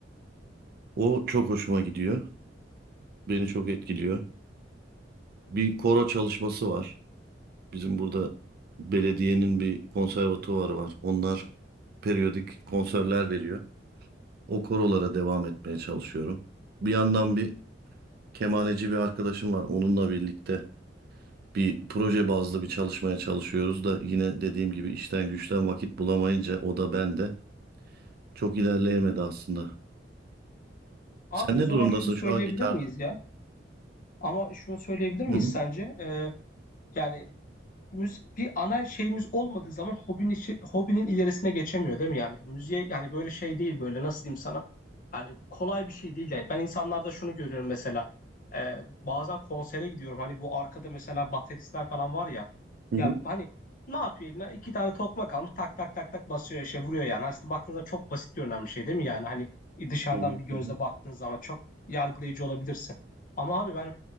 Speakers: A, on the right; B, on the left.
A: O çok hoşuma gidiyor. Beni çok etkiliyor. Bir koro çalışması var. Bizim burada belediyenin bir konservatuvarı var. Onlar periyodik konserler veriyor. O korolara devam etmeye çalışıyorum. Bir yandan bir kemaneci bir arkadaşım var. Onunla birlikte bir proje bazlı bir çalışmaya çalışıyoruz da yine dediğim gibi işten güçten vakit bulamayınca o da ben de çok ilerleyemedi aslında.
B: Abi
A: Sen
B: o
A: ne
B: zaman
A: durumdasın
B: şunu söyleyebilir
A: şu an gitarda?
B: miyiz ya? Ama şunu söyleyebilir miyiz
A: Hı hı.
B: sence? Ee, yani müzik bir ana şeyimiz olmadığı zaman hobinin, içi- hobinin ilerisine geçemiyor değil mi yani? Müziğe yani böyle şey değil böyle nasıl diyeyim sana? Yani kolay bir şey değil yani. Ben insanlarda şunu görüyorum mesela. Ee, bazen konsere gidiyorum. Hani bu arkada mesela bateristler falan var ya.
A: Hı hı.
B: Ya hani ne yapıyor eline? İki tane tokmak almış tak tak tak tak basıyor şey vuruyor yani. Aslında baktığınızda çok basit görünen bir şey değil mi yani? Hani dışarıdan
A: Hı hı.
B: bir gözle
A: Hı hı.
B: baktığın zaman çok yargılayıcı olabilirsin. Ama abi ben